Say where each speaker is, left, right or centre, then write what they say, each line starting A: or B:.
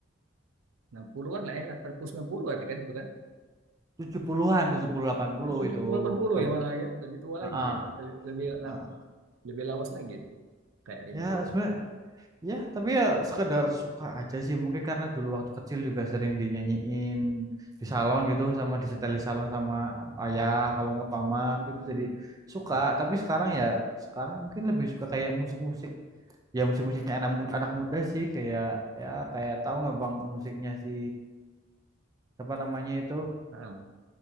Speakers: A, on the right; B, on the right.
A: 60-an lah ya, 80 90 berarti kan itu kan.
B: 70-an, 70 80
A: Hmm, tujuh
B: itu
A: puluh delapan puluh
B: lagu.
A: ya malah ya, lebih tua
B: Ah,
A: lagi
B: ah,
A: ya. Lebih lebih,
B: ah.
A: lebih lawas lagi itu kayak Rinto.
B: Ya, sebenarnya Ya, tapi ya sekedar suka aja sih. Mungkin karena dulu waktu kecil juga sering dinyanyiin di salon gitu sama di setel di salon sama um, ayah kalau nggak paman gitu jadi suka. Tapi sekarang ya sekarang mungkin lebih suka kayak musik-musik ya musik-musiknya anak mu- anak muda sih kayak ya kayak tahu nggak Bang musiknya si apa namanya itu
A: ya.